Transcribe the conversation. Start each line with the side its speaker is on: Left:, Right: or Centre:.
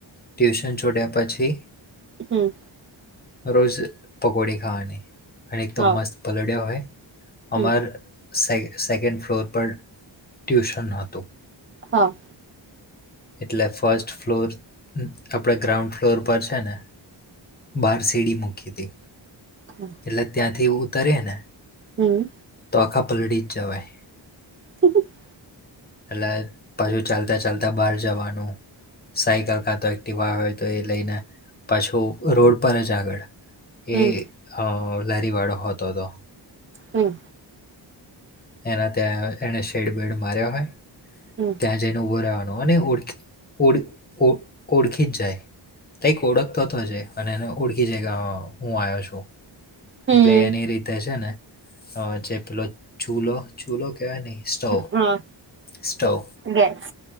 Left: ટ્યુશન છોડ્યા પછી
Right: હમ્મ
Left: રોજ પકોડી ખાવાની. અને એક
Right: હા
Left: તો મસ્ત પલડ્યા હોય
Right: હમ
Left: અમાર સે સેકન્ડ ફ્લોર પર ટ્યુશન હતું.
Right: હા.
Left: એટલે ફર્સ્ટ ફ્લોર આપડે ગ્રાઉન્ડ ફ્લોર પર છે ને બારસી એડી મુખીતી
Right: હમ્મ.
Left: એટલે ત્યાંથી ઉતરિ એને
Right: હમ્મ
Left: તો આખા પલડી જ જવાય.
Right: <inaudible>
Left: એટલે ભાઈ ચાલતા ચાલતા બહાર જવાનું સાયકલ કાતો એ ક્ટિવા હોય તો એ લઈને પાછું રોડ પર જ આગળ
Right: હમ
Left: એ અ લારીવાળો હોતો હતો.
Right: હમ્મ.
Left: એના ત્યાં એને શેડ બેડ માર્યો હોય.
Right: હમ્મ.
Left: ત્યાં જઈને ઉભો રવાનો અને ઓળખી ઓળી ઓ ઓળખી જ જાય. કઈક ઓળખતો થ જ અને એ ઓળખી જ હું આવ્યો છું.
Right: હમ
Left: એટલે એની રીતે છે, ને જે પેલો ચૂલો ચૂલો કેવાય નહ સ્ટવ
Right: હા
Left: સ્ટવ.
Right: ગેસ